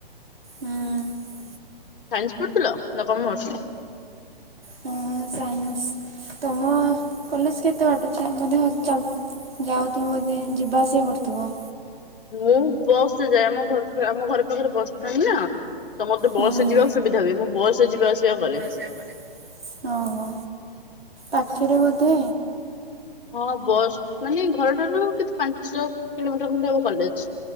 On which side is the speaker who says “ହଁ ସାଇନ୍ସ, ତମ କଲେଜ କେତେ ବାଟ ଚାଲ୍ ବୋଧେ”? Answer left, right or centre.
Right